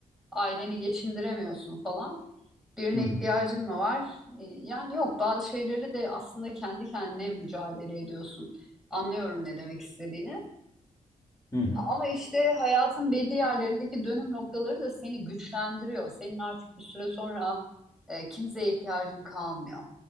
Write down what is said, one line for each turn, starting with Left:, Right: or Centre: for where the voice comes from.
Centre: aileni geçindiremiyorsun falan. Birine
Left: Hı hı.
Centre: ihtiyacın mı var? E, yani yok bazı şeyleri de aslında kendi kendine mücadele ediyorsun. Anlıyorum ne demek istediğini.
Left: Hı hı.
Centre: Ama işte hayatın belli yerlerindeki dönüm noktaları da seni güçlendiriyor. Senin artık bir süre sonra e, kimseye ihtiyacın kalmıyor.